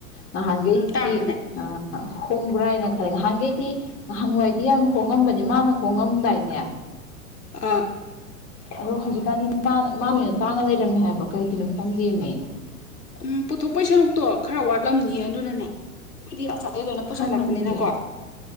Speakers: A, on the left; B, on the left.
A: ꯅꯍꯥꯟꯒꯩꯗꯤ
B: ꯎꯝ ꯇꯥꯡꯕꯅꯦ
A: ꯑꯥ ꯍꯣꯡꯕ꯭ꯔꯥ ꯍꯥꯏꯅ ꯈꯜꯂꯦ ꯉꯍꯥꯟꯒꯩꯗꯤ ꯅꯍꯥꯟꯋꯥꯏꯗꯤ ꯌꯥꯝ ꯍꯣꯡꯉꯝꯕꯅꯦ ꯃꯥꯅ ꯍꯣꯡꯉꯝꯗꯥꯏꯅꯦ
B: ꯑꯥ
A: ꯑꯗꯣ ꯍꯧꯖꯤꯛꯀꯥꯟꯗꯤ ꯃꯥ ꯃꯥꯅ ꯍꯦꯟꯅ ꯇꯥꯡꯉ ꯂꯩꯔꯝꯃꯦ ꯍꯥꯏꯕ ꯀꯩꯒꯤꯅꯣ ꯈꯪꯗꯦꯃꯦ
B: ꯎꯝ ꯄꯨꯊꯣꯛꯄꯩ ꯁꯔꯨꯛꯇꯣ ꯈꯔ ꯋꯥꯠꯂꯝꯅꯤꯌꯦ ꯑꯗꯨꯅꯅꯦ ꯑꯩꯈꯣꯏꯗꯤ ꯑꯥꯎꯁꯥꯏꯠꯇꯩ ꯂꯣꯏꯅ ꯄꯨꯁꯜꯂꯛꯄꯅꯤꯅꯀꯣ
A: ꯈꯪꯗꯦ